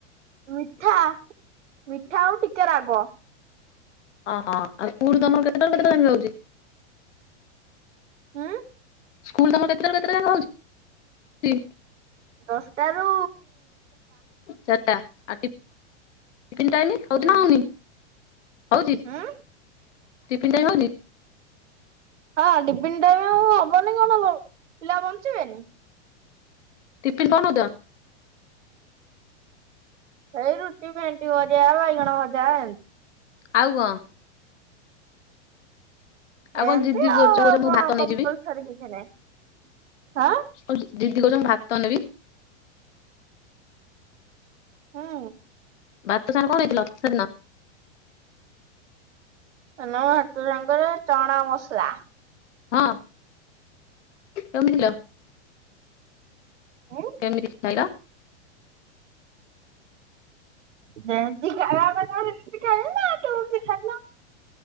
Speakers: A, on the right; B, on the left.
A: ମିଠା ମିଠା ଆଉ ଟିକେ ରାଗ।
B: ଓହଁ ଆଉ ସ୍କୁଲ ତମର କେତେଟାରୁ କେତେଟା ଯାଆଁକେ ରହୁଛି।
A: ଉଁ
B: ସ୍କୁଲ ତମର କେତେଟାରୁ କେତେଟା ଯାଆଁକେ ହଉଛି?
A: ଦଶଟା ରୁ
B: ଚାଟା ଆ ଟିଫନ୍ ଟାଇମ ହଉଚିନା
A: ହୁଁ
B: ହଉନି। ହଉଛି
A: ହୁଁ
B: ଟିଫନ୍ ଟାଇମ ହଉଛି।
A: ହଁ ଟିଫନ୍ ଟାଇ ଆଉ ହବନି କଣ ପିଲା ବଞ୍ଚିବେନି।
B: ଟିଫନ୍ କଣ ନଉଦ?
A: ଏଇ ରୁଟି ମେଣ୍ଟି ବଜା ବାଇଗଣ ଭଜା ଏନ୍ତ।
B: ଆଉ କଣ? ଆଉ
A: ଏମତି
B: କଣ ଜିଦି
A: ଆଉ
B: କରୁଛ କହୁଛ
A: ଆ
B: ମୁଁ
A: କଣ
B: ଭାତ ନେଇଯିବି।
A: କପିଲସରୀ କିଛି ନାହିଁଁ ଆ।
B: ଉ ଦିଦି କହୁଛନ୍ତି ଭାତ ନେବି।
A: ହଁ।
B: ଭାତ ସାଙ୍ଗରେ କଣ ହେଇଥିଲ ସେ ଦିନ?
A: ସେଦିନ ଭାତ ସାଙ୍ଗର ଚଣା ମସଲା
B: ହଁ <unintelligible>
A: ଉଁ
B: କେମିତି <unintelligible> ଇଲ?
A: ଯେମିତି ଖାଇବା କଥା ସେମିତି ଖା ଖାଇଲ